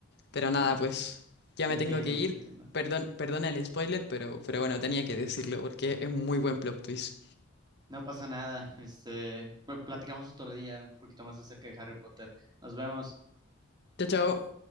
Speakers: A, on the left; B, on the right.
A: Pero nada,
B: mm,
A: pues ya
B: te
A: me
B: entiendo,
A: tengo que ir.
B: te entiendo.
A: Perdón, perdona el spoiler, pero, pero bueno, tenía que decirlo porque es muy buen plot twist.
B: No pasa nada. Este, pl- platicamos otro día un poquito más acerca de Harry Potter. Nos vemos.
A: Chao, chao.